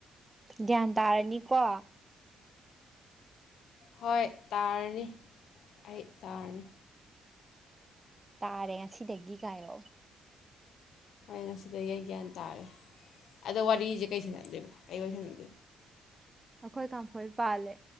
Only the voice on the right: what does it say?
ꯒ꯭ꯌꯥꯟ ꯇꯥꯔꯅꯤꯀꯣ?
ꯇꯥꯔꯦ ꯉꯁꯤꯗꯒꯤꯒꯥꯏꯑꯣ꯫
ꯑꯈꯣꯏ ꯀꯥꯝꯐꯣꯏ ꯄꯥꯂꯦ